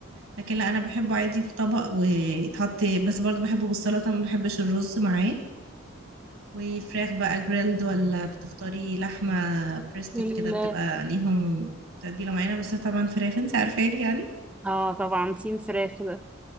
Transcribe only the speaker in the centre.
وال
اه طبعا تيم فراخ ده